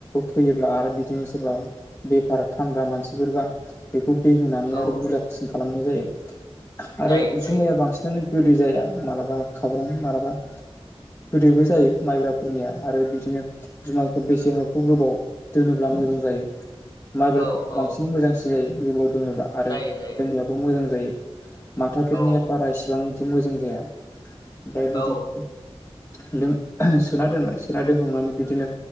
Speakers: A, on the left (about 25°); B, on the left (about 45°).
A: फैयोब्ला आरो बिदिनो सोरबा बेफार फानग्रा मानसिफोरबा बेखौ दै होनानै
B: औ
A: आरो बुरजासिन खालामनाय जायो
B: जायो
A: आरो
B: जायो
A: जुमाया बांसिनानो गोदै जाया मालाबा खाब्रां मालाबा गोदैबो जायो माइब्राफोरनिया आरो बिदिनो जुमायखौ बेसे हखौ गोबाव दोनोब्ला मोजां जायो माइब्राफोरा
B: औ औ
A: बांसिन मोजांसिन जायो गोबाव दोनोब्ला आरो
B: जायो
A: लोंनायाबो
B: जायो
A: मोजां जायो माथाफोरनिया
B: औ
A: बारा इसिबां बिदि मोजां जाया ओमफ्राय
B: औ
A: बिदिनो लों सोना दोनबाय सोना दोनहांनानै बिदिनो